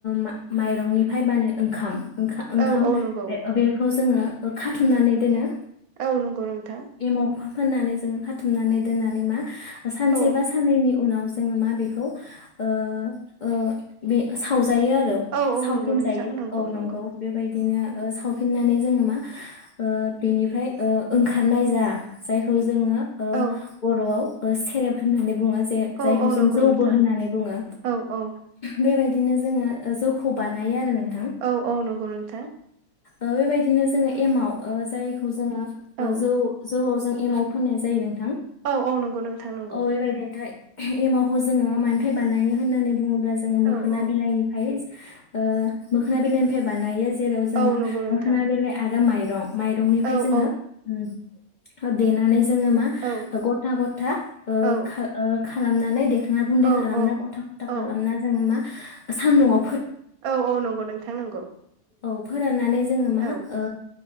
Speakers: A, on the left (about 70°); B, on the right (about 75°).
A: मा माइरंनिफ्राय बानो ओंखाम ओंखा ओंखाम
B: औ औ नंगौ
A: बेखौ जोङो खाथुमनानै दोनो
B: औ नंगौ नोंथां
A: एमाव फोननानै जोङो खाथुमनानै दोननानै मा सानसे
B: औ
A: बा साननैनि उनाव ज जोङो मा बेखौ ओ ओ बे साव जायो आरो
B: औ औ
A: सावफिन
B: नंगौ नोंथां
A: जायो
B: नंगौ
A: औ
B: नंगौ
A: नोंगौ बेबायदि बिदिनो ओ सावफिननानै जोङो मा ओ बिनिफ्राय ओ ओंखारनाय जा जायखौ जोङो ओ
B: औ
A: बर'आव सेरेब होननानै बुङो जे
B: औ
A: जायखौ
B: औ नंगौ
A: जों जौबो
B: नोंथां
A: होननानै बुङो
B: औ औ
A: बेबायदि बिदिनो जोङो जौखौ बानायो आरो नों
B: औ औ नंगौ नोंथां
A: ओ बेबायदिनो जोङो एमाव ओ जायखौ जोङो
B: औ
A: ओ जौ जौआव जों एमाव फोननाय जायो नों
B: औ औ नंगौ नोंथां नंगौ
A: बेबायदिनो एमावखौ जोङो मान फाइ बानायो होननानै बुङोब्ला जोङो मोखोना
B: औ औ
A: बिलाइनिफाय ओ मोखोना बिलाइनिफाय बानायो जेराव जोङो
B: औ नंगौ नोंथां
A: मोखोना बिलाइ आरो माइ माइरंनिफ्राय
B: औ
A: जोङो
B: औ
A: उम ओ देनानानै जोङो मा
B: औ
A: गथा गथा ओ
B: औ
A: खा ओ खा खालामनानै देखां
B: औ
A: खालामना गथा गथा खालामना
B: औ
A: जोङो मा सान्दुंङा
B: औ औ नंगौ नोंथां नंगौ
A: औ फोराननानै जोङो मा
B: औ
A: ओ